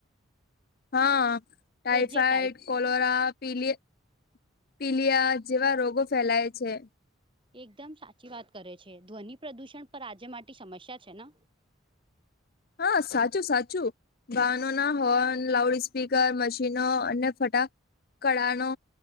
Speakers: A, on the left (about 45°); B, on the right (about 25°).
A: હા ટાઈફાઈડ
B: એ જે ટાઈપ
A: કોલોરા, પીલી પીલીયા, જેવા રોગો ફેલાય છે
B: એકદમ સાચી વાત કરે છે ધ્વનિ પ્રદૂષણ પર આજે માટી સમસ્યા છે ને?
A: હા સાચું સાચું, વાહનોના હોર્ન, લાઉડ સ્પીકર, મશીનો અને ફટાક, કડાનો